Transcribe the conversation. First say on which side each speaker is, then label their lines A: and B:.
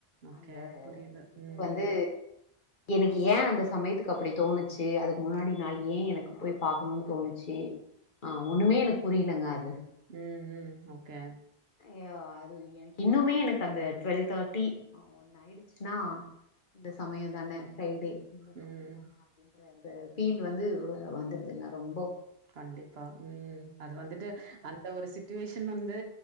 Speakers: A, on the right; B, on the left.
A: ஓகே.
B: அந்த
A: புரியுது.
B: இது
A: ம்.
B: வந்து எனக்கு ஏ அந்த சமயத்துக்கு அப்டி தோணிச்சி அதுக் கு முன்னாடி நாள் ஏ எனக்கு போய் பாக்கணுனு தோணுச்சு ஆ ஒண்ணுமே எனக்கு புரியலங்க அது
A: உம் உம் ஓகே
B: அய்யய்யோ அது எனக்கு இன்னுமே எனக்கு அந்த டுவெல் தேட்டி ஆ ஒன் ஆயிடிச் சுனா இந்த சமயந்தானே ஃப்ரைடே இந்த
A: ம்.
B: சமயந்தானே அப்டின்ற அந்த பீல் வந்து வந்துடுதுங்க ரொம்போ
A: கண்டிப்பா உம் அது வந்துட்டு அந்த ஒரு சுச்சுவேஷன் வந்து